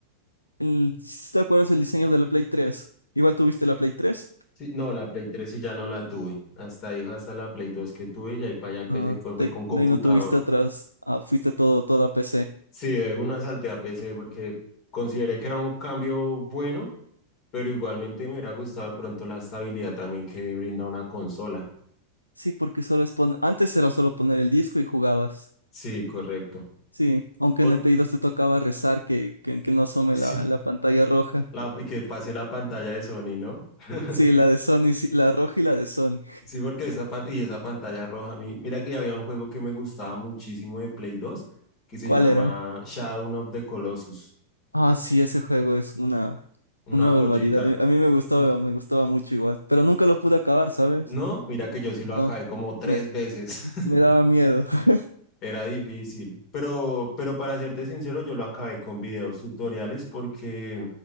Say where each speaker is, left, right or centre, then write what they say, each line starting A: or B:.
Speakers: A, on the left; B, on the left.
A: el- ¿sí ¿te acuerdas el diseño de la Play tres? Igual tuviste la Play tres
B: Sí, no, la Play tres sí ya no la tuve, hasta ahí, hasta la Play 2 que tuve y ahí para allá empecé,
A: Ah,
B: co- fue
A: de,
B: con computador.
A: de ahí no tuviste atrás, ah, fuiste todo, toda PC.
B: Sí, de una salté a PC porque consideré que era un cambio bueno, pero igualmente me hubiera gustado de pronto la estabilidad también que brinda una consola.
A: Sí, porque solo es pon- antes era solo poner el disco y jugabas.
B: Sí, correcto.
A: Sí, aunque
B: Por
A: en el Play dos te tocaba rezar que, que, que no asome
B: <laughs>
A: la,
B: Sí.
A: la pantalla roja.
B: la, y que pase la pantalla de Sony, ¿no? <laughs>
A: Sí, la de Sony, sí, la roja y la de Sony.
B: Sí, porque esa, pan- y esa pantalla roja, a mí, mira que había un juego que me gustaba muchísimo de Play 2 que se
A: ¿Cuál
B: llama
A: era?
B: Shadow of the Colossus.
A: Ah, sí, ese juego es una, una
B: Una joyita.
A: barbaridad. A mí me gustaba,
B: Mm.
A: me gustaba mucho igual, pero nunca lo pude acabar, ¿sabes?
B: No, mira que yo sí lo
A: No,
B: acabé como tres
A: me,
B: veces. <laughs>
A: me daba miedo. <laughs>
B: Era difícil, pero, pero para serte sincero, yo lo acabé con videos tutoriales porque